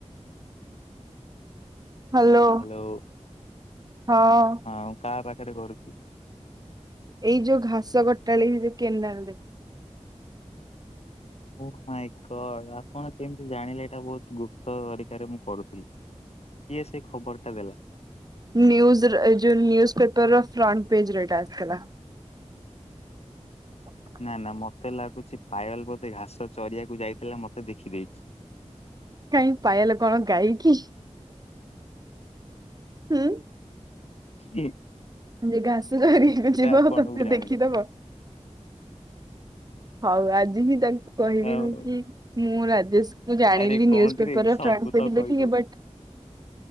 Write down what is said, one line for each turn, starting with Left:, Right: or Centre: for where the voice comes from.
Right: ହ୍ୟାଲୋ
Left: ହଉ।
Right: ହଁ।
Left: ହଁ ମୁଁ କାହା ପାଖରେ କରୁଛି?
Right: ଏଇ ଯୋଉ ଘାସ କଟାଳି ଯୋଉ କେନାଲ ରେ।
Left: ଓ ମାଇ ଗଡ୍, ଆପଣ କେମିତି ଜାଣିଲେ, ଏଇଟା ବହୁତ ଗୁପ୍ତ ତରିକାରେ ମୁଁ କରୁଥିଲି? କିଏ ସେଇ ଖବର ଟା ଦେଲା?
Right: ନି୍ଉଜର ଏ ଯୋଉ ନ୍ୟୁଜ୍ ପେପର ର ଫ୍ରଣ୍ଟ ପେଜର ଏଇଟା ଆସିଥିଲା। <inaudible>
Left: ନା ନା ମତେ ଲାଗୁଛି, ପାାୟଲ ବୋଧେ ଘାସ ଚରିବାକୁ ଯାଇଥିଲା ମତେ ଦେଖିଦେଇଛି।
Right: କାହିଁ ପାଇଲେ କଣ ଗାଇକି? ହୁଁ?
Left: ହୁଁ।
Right: ଯେ ଘାସ ଚରିବାକୁ ଯିବ
Left: ଆପଣଙ୍କୁ
Right: ତତେ
Left: ଜାଣିଲି
Right: ଦେଖିଦବ। ହଉ ଆଜି ହିଁ ତାକୁ କହିବି
Left: ଆଉ
Right: ମୁଁ କି, ମୁଁ ରାଜେଶ ମୁଁ ଜାଣିଲି
Left: ଆରେ
Right: ନ୍ୟୁଜ୍
Left: କଣ କିରେ
Right: ପେପର ର
Left: ସବୁ
Right: ଫ୍ରଣ୍ଟ ପେଜ
Left: ତ କହିଦବୁ।
Right: ଦେଖିକି, ବଟ୍